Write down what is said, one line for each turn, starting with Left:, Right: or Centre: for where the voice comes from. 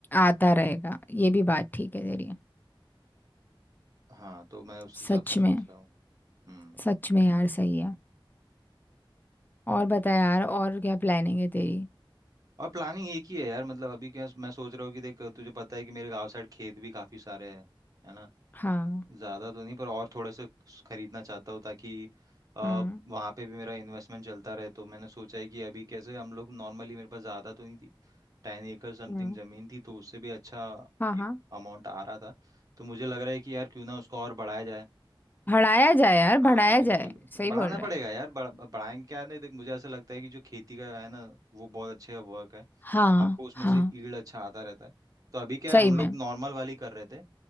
Left: आता रहेगा ये
Right: हम्म,
Left: भी बात ठीक है तेरी
Right: हाँ तो मैं उस
Left: सच
Right: हिसाब से सोच
Left: में
Right: रहा हूँ हम्म
Left: सच में यार सही है
Right: हाँ
Left: और
Right: बिल्कुल
Left: बता यार और क्या प्लानिंग है तेरी
Right: और प्लानिंग एक ही है यार मतलब अभी क्या मैं सोच रहा हूँ कि देख तुझे पता है कि मेरे गांव साइड खेत भी काफी सारे हैं है ना
Left: हाँ
Right: ज़्यादा तो नहीं पर और थोड़े से खरीदना चाहता हूँ ताकि आ,
Left: हम्म
Right: वहाँ पे भी मेरा इन्वेस्टमेंट चलता रहे तो मैंने सोचा है कि अभी कैसे हम लोग नॉर्मली मेरे पास ज़्यादा तो नहीं थी टेन एकड़ समथिंग
Left: हम्म
Right: ज़मीन थी तो उससे भी अच्छा
Left: हाँ हाँ
Right: एक अमाउंट आ रहा था तो मुझे लग रहा है कि यार क्यों ना उसको और बढ़ाया जाए
Left: बढ़ाया जाए यार बढ़ाया
Right: हाँ बिल्कुल
Left: जाए सही
Right: बढ़ाना
Left: बोल रहा
Right: पड़ेगा
Left: है
Right: यार बढ़, बढ़ाएंगे क्या नहीं देख मुझे ऐसा लगता है कि जो खेती का है ना वो बहुत अच्छा वर्क है
Left: हाँ
Right: आपको उसमें
Left: हाँ
Right: से ईल्ड अच्छा आता रहता है तो अभी क्या
Left: सही
Right: है, हम
Left: में
Right: लोग नॉर्मल वाली कर रहे थे